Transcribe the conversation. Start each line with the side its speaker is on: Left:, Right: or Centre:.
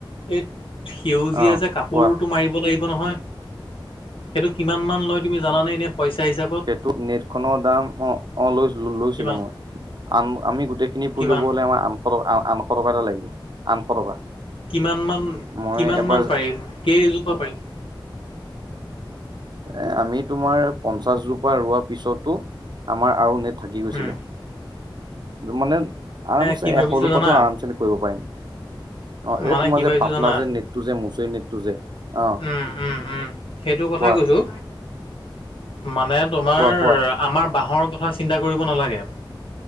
Left: এই সেউজীয়া
Right: অ
Left: যে কাপোৰটো
Right: কোৱা
Left: মাৰিব লাগি ব নহয়, সেইটো কিমান মান লয় তুমি জানানে এনেই পইচা হিচাপত?
Right: তোৰ নেটখনৰ দাম অ অ' লৈ লৈছিলো,
Left: কিমান
Right: মই আন আমি গোটেইখিনি
Left: কিমান
Right: পৰি ল'ব হ'লে আমাৰ আন শ টকা, আ-আঠশ টকা এটা লাগিব আঠশ টকা।
Left: কিমান মান,
Right: মই
Left: কিমান
Right: এবাৰ
Left: মান পাৰি, কেইজোপা পাৰি?
Right: এ, আমি তোমাৰ পঞ্চাশজোপা ৰোৱা পিছতো আমাৰ আৰু নেট থাকি গৈছিলে।
Left: উম
Right: মানে আৰামচে
Left: কি ভাবিছো
Right: এশজোপাতো
Left: জানা
Right: আৰামচে কৰিব পাৰিম, আৰু
Left: মানে
Right: এই তোমাৰ
Left: কি ভাবিছো
Right: যে পাতলা
Left: জানা
Right: যে নেট টো যে মুচৰি নেটটো যে, অ'।
Left: উম উম উম সেইটো কথাই
Right: কোৱা
Left: কৈছোঁ, মানে তোমাৰ
Right: কোৱা কোৱা
Left: আমাৰ বাঁহৰ কথা চিন্তা কৰিব নালাগে।